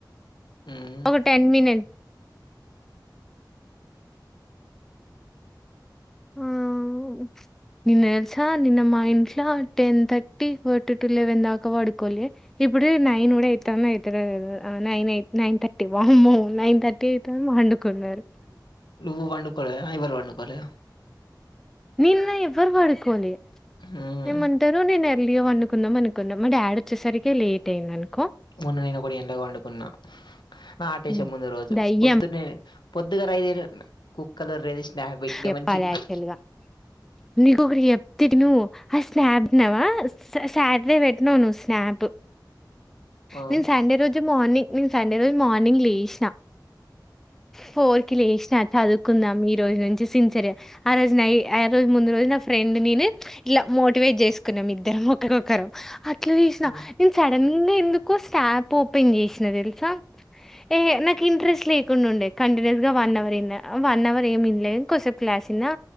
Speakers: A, on the left; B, in the centre.
A: మ్మ్
B: ఒక టెన్ మినిట్. ఆ ఊ. నిన్న తెలుసా నిన్న మా ఇంట్ల ten thirty forty to eleven దాకా పడుకోలె. ఇప్పుడు నైన్ కూడా ఎయి అయితుడ లేదు నైన్ ఎయి నైన్ థర్. వామ్మో నైన్ థర్టీ అయితు వండుకున్నారు.
A: నువ్వు వండుకోలేదా ఎవరు వండుకోలేదా.
B: నిన్న ఎవ్వరు వాడుకోలే
A: మ్మ్
B: ఏమంటారు నేను ఎర్లిగాో వండుకుందాం అనకున్ మా డాడ్ వచ్చేసరికి లేట్ అయిందనుకో.
A: మొన్న నేను ఒకటి ఎండగా వండుకున్నా నా ఆటేసే
B: హ్మ్.
A: ముందు రోజు
B: దయ్యం
A: పొద్దున్నే. పొద్దుగారయితే కు. కలర్ రేది స్నాప్. పెట్టినా
B: చెప్పాలి
A: మంచిగా
B: యాక్చువల్ గా నీకొకటి చెప్తే ఇను. ఆ స్నాబ్ నవా సాటర్డే పెట్టనవు ను స్నాప్.
A: ఆ
B: నేను సండే రోజు మార్నింగ్ నేను సండే రోజు మార్నింగ్ లేసినా. ఫోర్ కి లేసినా చదువుకుందాం ఈ రోజు నున్. పిల్సిన్ సరే ఆ రోజు నై ఆ రోజు ముందు రోజు నా ఫ్రెండ్ నేను ప్చ్ ఇలా మోటివేట్ చేసుకున్నాం ఇద్దరం ఒక్కరొక్కరం అట్లా తీసిన
A: ఆ
B: నేను సడన్ గా ఎందుకో స్టాప్ ఓపెన్ చేసినా తెలుసా టే నాకు ఇంట్రెస్ట్ లేకుండా ఉండే కంటిన్యూస్ గా one hour in one hour ఏమినలేదు. కొసేపు క్లాస్ ఇన్నా